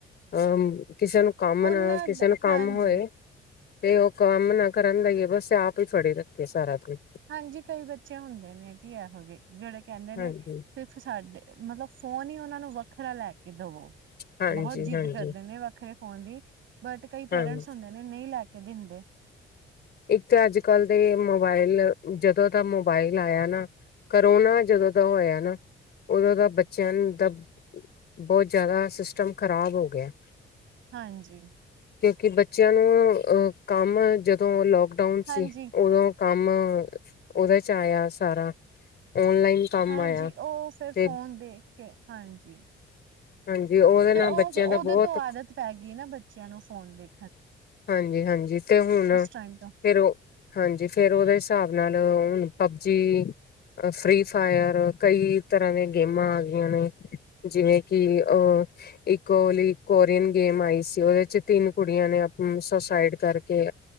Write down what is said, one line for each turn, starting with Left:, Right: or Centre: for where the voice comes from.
Left: ਅ ਕਿਸੇ ਨੂੰ ਕੰਮ
Right: ਉਹਨਾਂ
Left: ਨਾ ਕਿਸੇ ਨੂੰ ਕੰਮ
Right: ਹਾਂਜੀ
Left: ਹੋਏ ਤੇ ਉਹ ਕੰਮ ਨਾ ਕਰਨ ਦਾ ਹੀਏ ਬਸ ਆਪ ਹੀ ਫੜੇ ਰੱਖੇ ਸਾਰਾ ਦਿਨ
Right: ਹਾਂਜੀ ਕਈ ਬੱਚੇ ਹੁੰਦੇ ਨੇ ਜੀ ਇਹੋ ਜਿਹੇ ਜਿਹੜੇ ਕਹਿੰਦੇ ਨੇ,
Left: ਹਾਂਜੀ
Right: ਸਿਰਫ ਸਾਡੇ ਮਤਲਬ ਫੋਨ ਹੀ ਉਹਨਾਂ ਨੂੰ ਵ ਖਰਾ ਲੈਕ <inaudible> ਕਿ ਦਵੋ,
Left: ਹਾਂਜੀ
Right: ਬਹੁਤ ਜਿੱਦ
Left: ਹਾਂਜੀ
Right: ਕਰਦੇ ਨੇ, ਵੱਖਰੇ ਫੋਨ ਦੀ ਬਟ ਕਈ
Left: ਹਾਂਜੀ
Right: ਪੇਰੈਂਟਸ ਹੁੰਦੇ ਨੇ ਨਹੀਂ ਲੈ ਕੇ ਕੇ ਬਿੰ ਦੇ <inaudible>
Left: ਇੱਕ ਤਾਂ ਅੱਜ ਕੱਲ੍ਹ ਦੇ ਮੋਬਾਇਲ ਜਦੋਂ ਦਾ ਮੋਬਾਇਲ ਆਇਆ ਨਾ, ਕਰੋਨਾ ਜਦੋਂ ਦਾ ਹੋਇਆ ਨਾ, ਉਦੋਂ ਦਾ ਬੱਚਿਆਂ ਦਾ ਬਹੁਤ ਜ਼ਿਆਦਾ ਸਿਸਟਮ ਖਰਾਬ ਹੋ ਗਿਆ।
Right: ਹਾਂਜੀ।
Left: ਕਿਉਂਕਿ ਬੱਚਿਆਂ ਨੂੰ ਅਹ ਕੰਮ ਜਦ ਲੌਕਡਾਊਨ ਸੀ,
Right: ਹਾਂਜੀ
Left: ਉਦੋਂ ਕੰਮ, ਓਦੇਚ ਆਇਆ ਸਾਰਾ। ਓਨਲਾਈਨ ਕੰਮ
Right: ਹਾਂਜੀ,
Left: ਆਇਆ
Right: ਉਹ ਫਿਰ
Left: ਤੇ
Right: ਫੋਨ ਦੇਖ ਕੇ ਹਾਂਜੀ।
Left: ਹਾਂਜੀ ਉਹਦੇ
Right: ਫੇਰ
Left: ਨਾਲ
Right: ਉਹ
Left: ਬੱਚਿਆਂ
Right: ਉਹਦੇ
Left: ਦਾ ਬਹੁਤ
Right: ਤੋਂ ਆਦਤ ਪੈ ਗਈ ਨਾ, ਬੱਚਿਆਂ ਨੂੰ ਫੋਨ ਦੇ
Left: ਹਾਂਜੀ -ਹਾਂਜੀ ਤੇ ਹੁਣ
Right: ਉਸ ਟਾਈਮ ਤੋਂ
Left: ਫੇਰ, ਉਹ ਹਾਂਜੀ ਫੇਰ ਉਹਦੇ ਹਿਸਾਬ ਨਾਲ ਹੁਣ ਪਬਜੀ, ਫ੍ਰਰੀ ਫਾਇਰ, ਕਈ ਤਰ੍ਹਾਂ ਦੀਆਂ ਗੇਮਾਂ ਆ ਗਈਆਂ ਨੇ, ਜਿਵੇਂ ਕਿ ਅ ਇੱਕਲੀ ਕੋਰੀਅਨ ਗੇਮ ਆਈ ਸੀ, ਉਹਦੇ ਚ ਤਿੰਨ ਕੁੜੀਆਂ ਨੇ ਹਮ ਸੁਸਾਇਡ ਕਰਕੇ,